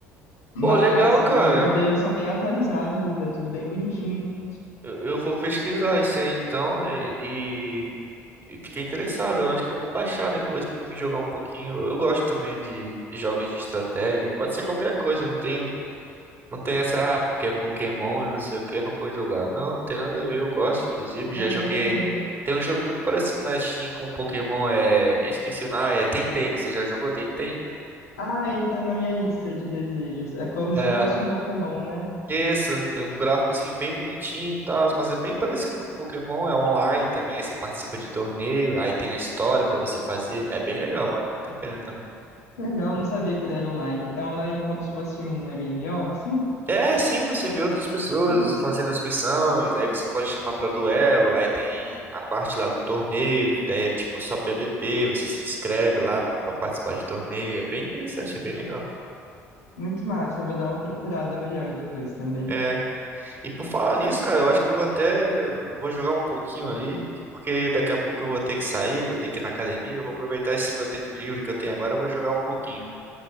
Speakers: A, on the left (about 75°); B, on the right (about 30°).
A: Mas
B: Pô, legal, cara.
A: os modelos
B: Eu, não-
A: são bem atualizados, é tudo bem bonitinho.
B: eu, eu vou pesquisar isso aí então. E, E fiquei interessado, eu acho que eu vou baixar depois pra me jogar um pouquinho. Eu gosto também de de jogos de estratégia, pode ser qualquer coisa, eu não tenho, não tem essa, ah, porque é Pokémon e não sei o que, eu não vou jogar. Não, não tem nada a ver, eu gosto, inclusive,
A: É,
B: já joguei.
A: exatamente.
B: Tem um jogo muito parecido na Steam com Pokémon, é. Esqueci o nome, ah, é Tenten, você já jogou Tenten?
A: Ah, ele tá na minha lista de desejos. É como
B: É.
A: se fosse um Pokémon, né?
B: Isso, é um gráficozinho bem bonitinho e tal, mas é bem parecido com Pokémon, é online também, você participa de torneio, aí tem a história pra você fazer, é bem legal, vale muito a pena também.
A: Legal, não sabia que ele era online. É online como se fosse um MMO, assim?
B: É, sim, você vê outras pessoas
A: Nossa,
B: fazendo as missões, aí você pode chamar pra duelo, aí tem a parte lá do torneio, que daí é tipo só PVP, você se inscreve lá pra participar de torneio, é bem interessante, é bem legal.
A: muito massa. Eu Vou dar uma procurada melhor depois também.
B: É, e por falar nisso, cara, eu acho que eu vou até, eu vou jogar um pouquinho ali, porque daqui a pouco eu vou ter que sair, vou ter que ir na academia, eu vou aproveitar esse meu tempo livre que eu tenho agora, eu vou jogar um pouquinho.